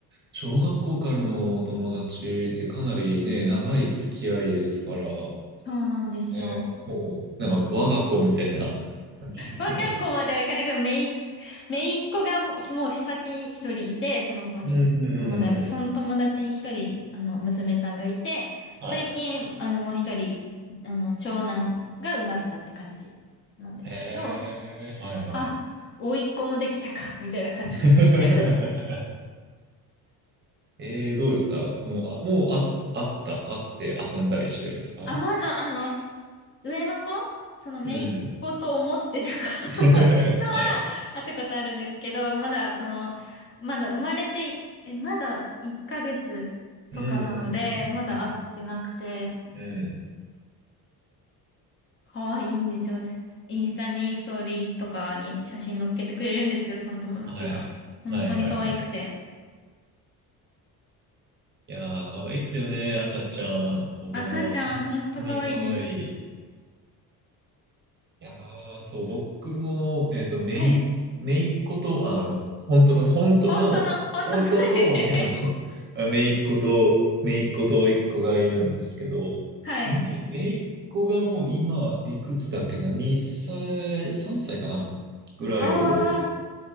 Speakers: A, on the right; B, on the left.
A: 小学校からのお友達ってかなりね、長い付き合いですから、
B: そうなんですよ。
A: ね、もう、なんか我が子みたいな <laughs> 感じですね。
B: 若い子まではいかないけど、めい、めいっ子がもう、もう先に一人いて、その子に、
A: うんうんうんうん。
B: 友達、その友達に一人、あの、娘さんがいて、
A: はい。
B: 最近、あの、もう一人、あの、長男が生まれたって感じなんですけど、
A: へえ、はいはい。
B: あ、甥っ子もできたか、みたいな感じです。
A: <laughs>
B: <laughs>
A: えー、どうですかもう、あ、もうあ、あった、あって遊んだりしてるんですか
B: あ、まだ、あの、上の子、その姪っ子と思ってる子
A: うん。<laughs>
B: <laughs> とは
A: はい。
B: 会ったことあるんですけど、まだ、その、まだ生まれて、え、まだ1ヶ月とかなので、
A: うんうんうんうんうん
B: まだ会ってなくて、
A: うん。うん。
B: 可愛いんですよ。インスタにストーリーとかに写真載っけてくれるんですけど、その友達が。
A: はい。
B: 本当に可愛くて。
A: はいはいはい。いやー、可愛いっすよね、赤ちゃん。子供は本当に可愛い。
B: 赤ちゃん、本当可愛いです。
A: いやー、そう、僕も、えっと、めい、
B: はい。
A: めいっ子と、あ、あの、本当のね、本当の、
B: 本当の、本当の
A: 本当の、
B: <laughs>
A: ねあの、めいっ子と、めいっ子と甥っ子がいるんですけど、
B: はい。
A: めい、めいっ子がもう今、いくつだっけな、2歳、3歳かな、ぐらいで、
B: あ